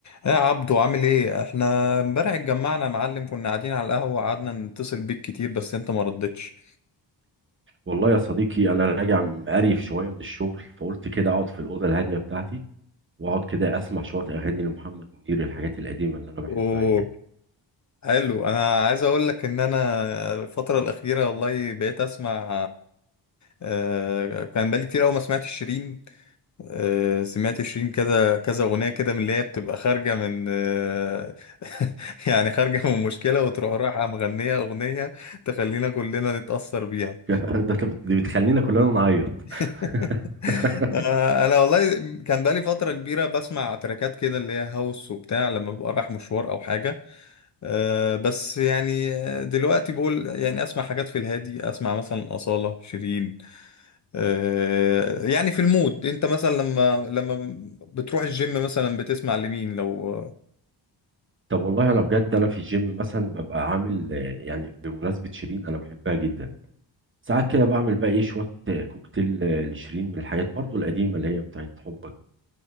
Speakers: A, on the left (about 40°); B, on the right (about 30°).
A: يا عبدو عامل ايه احنا امبارح اتجمعنا يا معلم كنا قاعدين على القهوة قعدنا نتصل بيك كتير بس انت ما ردتش
B: والله يا صديقي انا راجع مقريف شويه من الشغل فقلت كده اقعد في الاوضه الهاديه بتاعتي واقعد كده اسمع شويه اغاني لمحمد منير الحاجات القديمه اللي انا بحبها
A: اوه
B: يعني
A: حلو انا عايز اقول لك ان انا الفترة الأخيرة والله بقيت اسمع آه، كان بقالي كتير قوي ما سمعت شيرين آه، سمعت شيرين كذا كذا أغنية كده من اللي هي بتبقى خارجة من آه، <laughs> يعني خارجة من مشكلة وتروح رايحة مغنية أغنية تخلينا كلنا نتأثر بيها
B: <laughs> ده بت- دي بتخلينا كلنا نعيط
A: <laughs>
B: <laughs>
A: آه، انا والله كان بقالي فتره كبيره بسمع تراكات كده اللي هي هاوس وبتاع لما ببقى رايح مشوار او حاجه أه بس يعني آه، دلوقتي بقول يعني اسمع حاجات في الهادي اسمع مثلا اصاله شيرين أه يعني في المود انت مثلا لما لما بتروح الجيم مثلا بتسمع لمين لو آه،
B: طب والله انا بجد انا في الجيم مثلا ببقى عامل آه، يعني بمناسبه شيرين انا بحبها جدا ساعات كده بعمل بقى ايه شويه آه، كوكتيل آه، لشيرين من الحاجات برضو القديمه اللي هي بتاعت حبك